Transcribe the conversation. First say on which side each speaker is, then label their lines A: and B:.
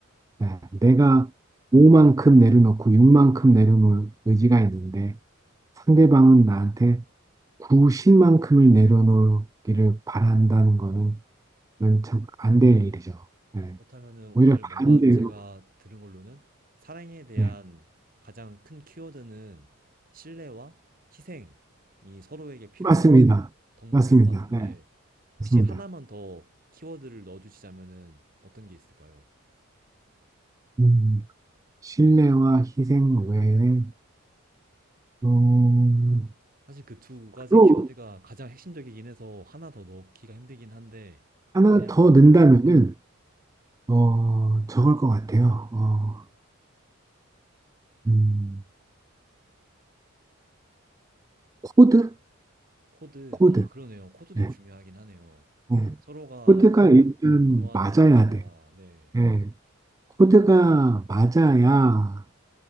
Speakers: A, on the right; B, on the right.
A: 네, 내가
B: 음.
A: 5만큼 내려놓고 6만큼 내려놓을 의지가 있는데 상대방은 나한테 9, 10만큼을 내려놓기를 바란다는 거는 그건 참 안될 일이죠. 네.
B: 그렇다면은 오늘
A: 오히려 반대로,
B: 뭔가 제가 들은 걸로는 사랑에 대한
A: 네,
B: 가장 큰 키워드는 신뢰와 희생이 서로에게 필요한
A: 맞습니다.
B: 덕목인
A: 맞습니다.
B: 것 같은데
A: 네,
B: 혹시
A: 맞습니다.
B: 하나만 더 키워드를 넣어주시자면은 어떤 게 있을까요?
A: 음, 신뢰와 희생 외에, 어,
B: 사실 그 두 가지
A: 또
B: 키워드가 가장 핵심적이긴 해서 하나 더 넣기가 힘들긴 한데
A: 하나
B: 그냥
A: 더 넣는다면은,
B: 네.
A: 어, 저걸 것 같아요. 어, 음, 코드?
B: 코드
A: 코드.
B: 아 그러네요 코드도
A: 네,
B: 중요하긴 하네요
A: 네.
B: 서로가
A: 코드가 일단
B: 좋아하는
A: 맞아야
B: 게 맞아야
A: 돼요.
B: 네
A: 네. 코드가 맞아야